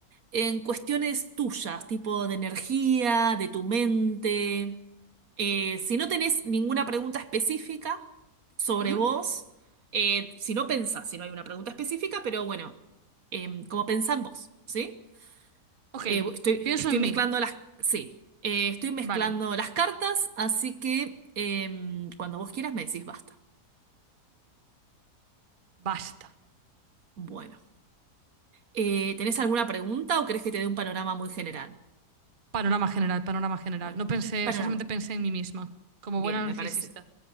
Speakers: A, on the right; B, on the right.
A: en cuestiones tuyas, tipo de energía, de tu mente. Eh, si no tenés ninguna pregunta específica sobre
B: Ujú.
A: vos, eh, si no pensás, si no hay una pregunta específica, pero bueno, em, como pensá en vos, ¿sí?
B: Ok,
A: Eh, estoy,
B: pienso
A: estoy
B: en
A: mezclando
B: mí.
A: las, sí, eh, estoy mezclando
B: Vale,
A: las cartas, así que em, cuando vos quieras me decís basta.
B: basta.
A: Bueno, Eh, ¿tenés alguna pregunta o querés que te dé un panorama muy general?
B: Panorama general, panorama general.
A: Bueno,
B: No pensé,
A: un panorama.
B: o sea, solamente pensé en mí misma, como
A: Bien,
B: buena
A: me
B: narcisista.
A: parece.